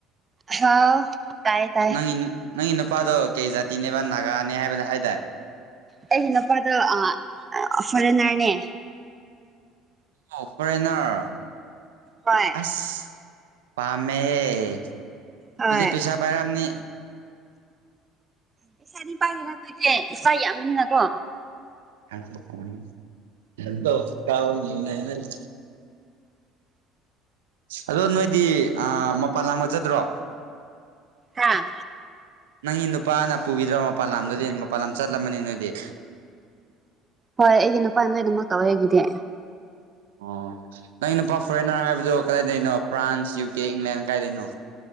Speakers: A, on the right; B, on the right.
A: ꯍꯥꯎ ꯇꯥꯏꯌꯦ ꯇꯥꯏꯌꯦ
B: ꯅꯪꯒꯤ ꯅꯪꯒꯤ ꯅꯨꯄꯥꯗꯣ ꯀꯩ ꯖꯥꯇꯤꯅꯦꯕ ꯅꯥꯒꯥꯅꯦ ꯍꯥꯏꯕꯗ ꯍꯥꯏꯗꯥꯏ
A: ꯑꯩꯒꯤ ꯅꯨꯄꯥꯗꫭ ꯑꯥ ꯑꯥ ꯐꯣꯔꯦꯟꯅꯔꯅꯦ
B: ꯑꯣ ꯐꯔꯦꯟꯅꯔ
A: ꯍꯣꯏ
B: ꯑꯁ ꯄꯥꯝꯃꯦꯍꯦ
A: ꯍꯣꯏ
B: ꯗꯨꯗꯤ ꯄꯩꯁꯥ ꯄꯥꯏꯔꯝꯅꯤ
A: ꯄꯩꯁꯥꯗꯤ ꯄꯥꯏꯔꯦꯗ ꯑꯈꯣꯏꯖꯦ ꯏꯆꯥ ꯌꯥꯝꯕꯅꯤꯅꯀꯣ
B: <unintelligible> ꯑꯗꯣ ꯅꯣꯏꯗꯤ ꯑꯥ ꯃꯄꯥꯟ ꯂꯝꯒ ꯆꯠꯇ꯭ꯔꯣ
A: ꯍꯥꯥ
B: ꯅꯪꯒꯤ ꯅꯨꯄꯥꯅ ꯄꯨꯕꯤꯗ꯭ꯔꯣ ꯃꯄꯥꯟ ꯂꯝꯗꯗꯤ ꯃꯄꯥꯟ ꯂꯝ ꯆꯠꯂꯝꯃꯅꯤ ꯅꯣꯏꯗꯤ
A: ꯍꯣꯏ ꯑꯩꯒꯤ ꯅꯨꯄꯥꯅ ꯂꯣꯏꯅꯃꯛ ꯇꯧꯋꯦ ꯑꯩꯒꯤꯗꯤ
B: ꯑꯣ ꯅꯪꯒꯤ ꯅꯨꯄꯥ ꯐꯣꯔꯦꯟꯅꯔ ꯍꯥꯏꯕꯗꯣ ꯀꯔꯥꯏꯗꯩꯩꯅꯣ ꯐ꯭ꯔꯥꯟꯁ ꯌꯨ ꯀꯦ ꯏꯪꯂꯦꯟ ꯀꯥꯏꯗꯩꯅꯣ